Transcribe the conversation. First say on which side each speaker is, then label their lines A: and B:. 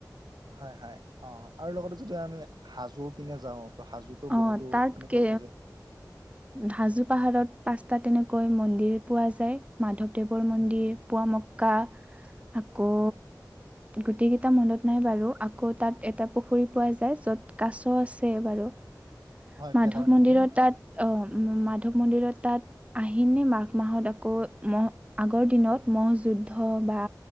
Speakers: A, on the right (about 70°); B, on the right (about 15°).
A: হয় হয় অ আৰু লগতে যেতিয়া আমি হাজোৰ পিনে যাও ত হাজো টো
B: অঁ
A: বহুতো
B: তাত
A: এনেকুৱা
B: কে
A: অতি যোৱা
B: হাজো পাহাৰত পাঁচটা তেনেকৈ মন্দিৰ পোৱা যায় মাধৱ দেৱৰ মন্দিৰ
A: উম,
B: পোৱা মক্কা আকৌ
A: হয়
B: গোটেই কেইটা মনত নাই বাৰু আকৌ তাত এটা পুখুৰী পোৱা যায় য'ত কাছ আছে বাৰু
A: হয়
B: মাধৱ
A: কেদাৰ মন্দিৰ
B: মন্দিৰত
A: হয়
B: তাত আহ মাধৱ মন্দিৰত তাত আহিনে মাঘ মাহত আকৌ মহ আগৰ দিনত মহ যুদ্ধ বা